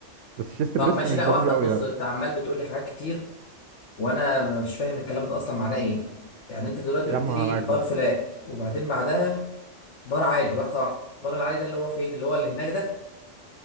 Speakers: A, on the right; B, on the left.
A: بس الشيست
B: طب
A: بريس
B: ماشي
A: مش
B: لا
A: ضروري
B: واحده
A: قوي
B: بص
A: يعني
B: انت عمال بتقول لي حاجات كتير وانا مش فاهم الكلام ده اصلا معناه ايه يعني انت دلوقتي
A: يا
B: قلت
A: عم
B: لي
A: انا معاك
B: بار
A: اهو
B: فلات وبعدين بعدها بار عالي واحده واحده بار العالي ده اللي هو فين اللي هو اللي هناك ده